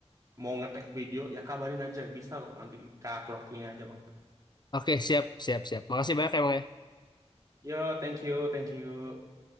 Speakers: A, on the right; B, on the left.
A: mau ngetek video ya kabarin aja bisa kok nanti kita atur waktunya aja bang
B: Oke, siap, siap, siap. Makasih banyak ya bang ya.
A: yo thank you thank you